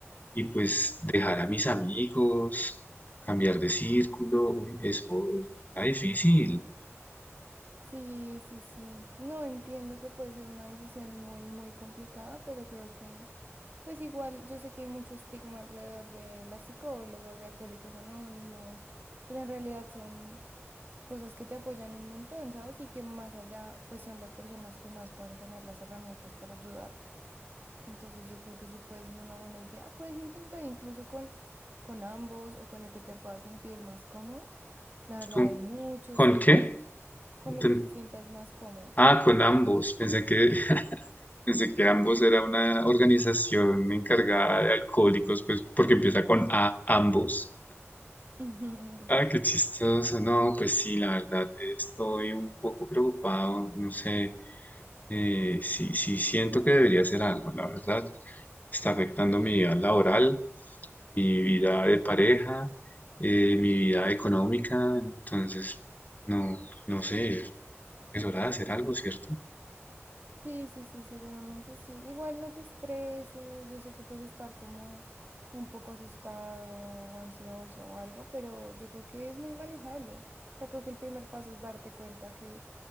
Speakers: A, on the left; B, on the right.
A: y pues dejar a mis amigos, cambiar de círculo, uy, eso, eso suena difícil.
B: Sí, sí, sí. No entiendo que puede ser una decisión muy, muy complicada, pero creo que, pues igual, yo sé que hay mucho estigma alrededor de las psicólogas, de Alcohólicos Anónimos, pero en realidad son cosas que te apoyan un montón, ¿sabes? Y que más allá, pues son las personas que más pueden tener las herramientas para ayudarte. Entonces yo creo que sí puede ser una buena idea. Puedes intentar incluso con, con ambos o con el que te puedas sentir más cómodo. La verdad,
A: ¿Con,
B: hay muchos
A: con
B: círculos
A: qué?
B: con
A: Enten-
B: lo que te sientas más cómodo.
A: Ah, con ambos, pensé que, <laughs> pensé que ambos era una organización encargada de alcohólicos, pues porque empieza con A, ambos.
B: <laughs>
A: Ah, qué chistoso. No, pues sí, la verdad, estoy un poco preocupado. No sé, eh, sí, sí siento que debería hacer algo, la verdad. Está afectando mi vida laboral, mi vida de pareja, eh, mi vida económica. Entonces, no, no sé, es hora de hacer algo, ¿cierto?
B: Sí, sí, sí, seguramente sí. Igual no te estreses, yo sé que puedes estar como un poco asustado o ansioso o algo, pero yo creo que es muy manejable. O sea, creo que el primer paso es darte cuenta que